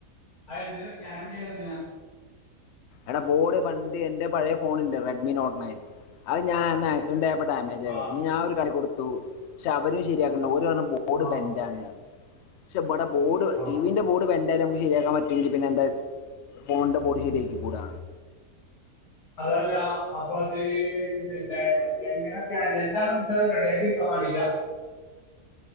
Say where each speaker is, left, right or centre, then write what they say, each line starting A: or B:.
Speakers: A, on the left (about 85°); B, on the left (about 60°).
A: ആ എന്തിനാ സ്കാൻ ചെയ്യണ എന്തിനാ?
B: എടാ ബോഡ് ബണ്ട് എന്റെ പഴയ ഫോണണ്ട് റെഡ്മി നോട്ട് ണയൻ അത് ഞാൻ അന്ന് ആക്സിഡന്റ് ആയ ഡാമേജായതാ
A: ആ
B: പിന്നെ ഞൻ ഒരു കടെകൊടു ത്തു ക്ഷേ അവരും ശരിയാക്കണ്ട ഓര്പറ്ണ ബോഡ്
A: ആ
B: ബെന്റാണ് ശെ ബടെ ബോഡ് വെ
A: ആ
B: ടിവിന്റെ ബോഡ് ബെ ന്താലും നമ്മക്ക് ശെരിയാക്കാൻ പറ്റൊങ്കി പിന്നെന്താ ഫോൺന്റെ ബോഡി ശരിയ ക്കുടാ.
A: അതല്ല അപ്പ അത് ത് പിന്നെ എങ്ങനൊക്കെയാണ് അന്റെ എന്താണോ അൻക്ക് അഹ് റെഡിയാക്കി ഇട്ക്കാൻ മാണ്ടിട്ടാ?